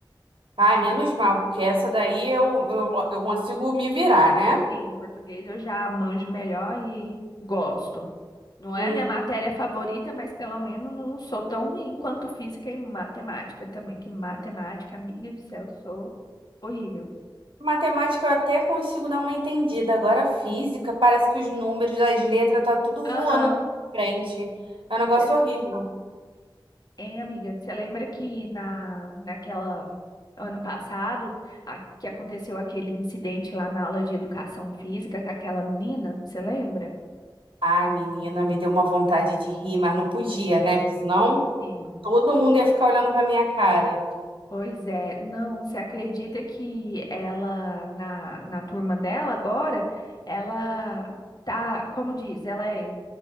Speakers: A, on the right; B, on the left.
A: Ai, menos mal, porque essa daí eu, eu, eu consigo me virar, né?
B: Sim, em português eu já manjo melhor e gosto. Não
A: Uhum.
B: é a minha matéria favorita, mas pelo menos não sou tão ruim quanto física e matemática também, que matemática, amiga do céu, eu sou horrível.
A: Matemática eu até consigo dar uma entendida. Agora, física, parece que os números das letras tá tudo
B: Aham,
A: voando na frente. É um negócio
B: desse
A: horrível.
B: jeito. Hein, amiga, você lembra que na, naquela ano passado a- que aconteceu aquele incidente lá na aula de educação física com aquela menina? Você lembra?
A: Ai, menina, me deu uma vontade de rir, mas não podia, né? Porque senão.
B: Sim.
A: Todo mundo ia ficar olhando pra minha cara.
B: Pois é, não, você acredita que ela, na, na turma dela agora, ela tá, como diz, ela é